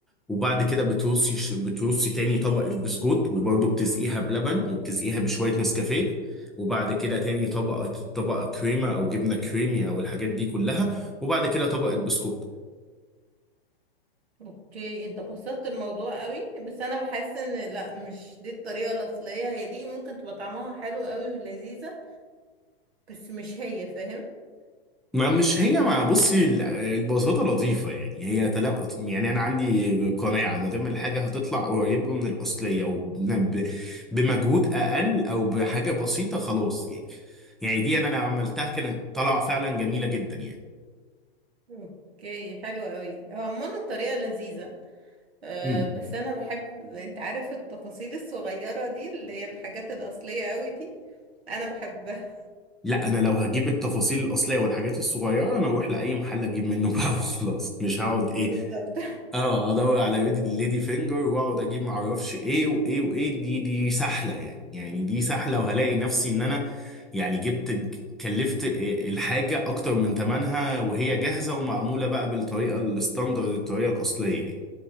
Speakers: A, in the centre; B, on the right (about 90°).
A: وبعد كده بترصي بترصي تاني طبقه بسكوت وبرضه بتسقيها بلبن وبتسقيها بشويه نسكافيه وبعد كده تاني طبقه طبقه كريمه او جبنه كريمي او الحاجات دي كلها وبعد كده طبقه بسكوت
B: اوكي انت بسطت الموضوع قوي بس انا بحس ان لا مش دي الطريقة الأصلية هي دي ممكن تبقى طعمها حلو قوي ولذيذة بس مش هي فاهم
A: ما مش هي مع بصي ال- البساطة لطيفة يعني هي تلا يعني أنا عندي قناعة ما دام الحاجة هتطلع قريبة من الأصلية وبمجهود أقل أو بحاجة بسيطة خلاص يعني يعني دي أنا أنا عملتها كانت طالعة فعلا جميلة جدا
B: اوكي حلو قوي هو عموما الطريقة لذيذة أه
A: يعني
B: بس انا بحب انت عارف التفاصيل الصغيرة دي اللي هي الحاجات الأصلية قوي دي انا بحبها
A: لا انا لو هجيب التفاصيل الاصليه والحاجات الصغيره انا اروح لاي محل اجيب منه بقى <laughs> وخلاص مش هقعد ايه
B: بالظبط
A: اه ادور على ليدي ليدي فينجر واقعد اجيب ما اعرفش ايه وايه وايه دي دي سهله يعني يعني دي سهله وهلاقي نفسي ان انا يعني جبت كلفت آه، الحاجه اكتر من ثمنها وهي جاهزه ومعموله بقى بالطريقه الستاندرد الطريقه الاصليه يعني